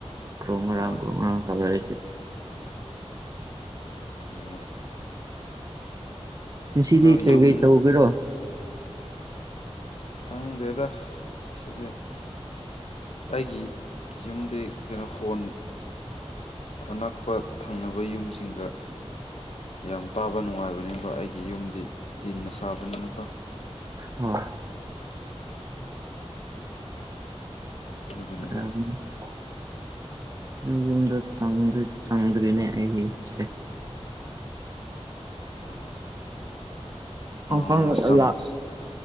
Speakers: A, on the right; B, on the left.
A: ꯀ꯭ꯔꯣꯛ ꯉꯥꯔꯥꯡ
B: ꯑꯥ
A: ꯒ꯭ꯔꯣꯛ ꯉꯥꯡ ꯇꯧꯔꯛꯏꯗꯤ
B: ꯎꯝ
A: ꯉꯁꯤꯗꯤ
B: ꯑꯗꯣ
A: ꯀꯩꯀꯩ
B: ꯌꯨꯝ
A: ꯇꯧꯒꯦꯔꯣ
B: ꯈꯪꯗꯦꯗ ꯁꯤꯁꯦ ꯑꯩꯒꯤ ꯌꯨꯝꯗꯤ ꯀꯩꯅꯣ ꯍꯣꯟ ꯑꯅꯛꯄ ꯊꯪꯅꯕ ꯌꯨꯝꯁꯤꯡꯒ ꯌꯥꯝ ꯇꯥꯕ ꯅꯨꯡꯉꯥꯏꯕꯅꯤꯕ ꯑꯩꯒꯤ ꯌꯨꯝꯗꯤ ꯗꯤꯟꯅ ꯁꯥꯕꯅꯤꯅꯀꯣ
A: ꯎ
B: ꯑꯗꯨꯒꯅꯤꯗ
A: <inaudible> ꯑꯩ ꯌꯨꯝꯗ ꯆꯪꯗꯤ ꯆꯪꯗ꯭ꯔꯤꯅꯦ ꯑꯩꯒꯤꯁꯦ
B: ꯑꯥ
A: ꯐꯪꯐ
B: ꯅꯣꯡꯃ ꯆꯪꯉꯣ
A: ꯑꯂꯥꯛ